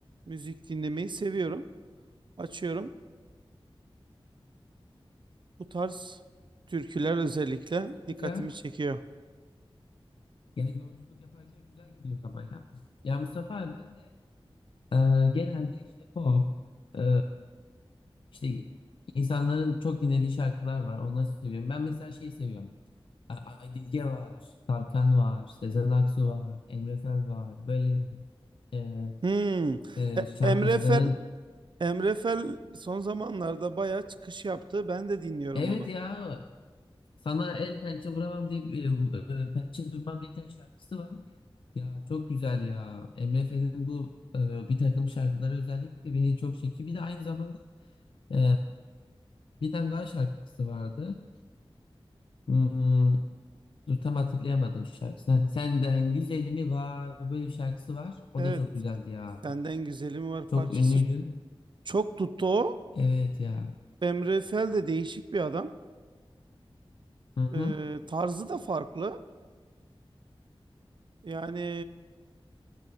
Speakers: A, on the right; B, on the left.
A: müzik dinlemeyi seviyorum. Açıyorum. Bu tarz türküler özellikle
B: Çok
A: dikkatimi
B: güzel.
A: çekiyor.
B: Yani yolculuk yaparken güzel gidiyor zaman ya. Ya Mustafa abi ben de e, genelde işte pop e, işte insanların çok dinlediği şarkılar var. Onları seviyorum. Ben mesela şeyi seviyorum. A- Aydilge var, Tarkan var, Sezen Aksu var, Emre Fel var. Böyle e,
A: Hmm.
B: e,
A: E-
B: şarkıcıların
A: Emre Fer Emre Fel son zamanlarda bayağı çıkış yaptı. Ben de dinliyorum
B: evet
A: onu.
B: ya sana el pençe vuramam deyip e, e, pençe durmam bir tane şarkısı var. Ya çok güzel ya. Emre Fel'in bu e, bir takım şarkıları özellikle beni çok çekiyor. Bir de aynı zamanda e, bir tane daha şarkısı vardı. Hmm, dur tam hatırlayamadım şarkısını. Ha, Senden güzelimi var böyle bir şarkısı var. O
A: Evet,
B: da çok güzeldi ya.
A: Senden Güzelim Var
B: Çok
A: parçası
B: ünlüydü.
A: ç- çok tuttu o.
B: Evet ya.
A: Emre Fel de değişik bir adam.
B: Hı hı.
A: Ee, tarzı da farklı. Yani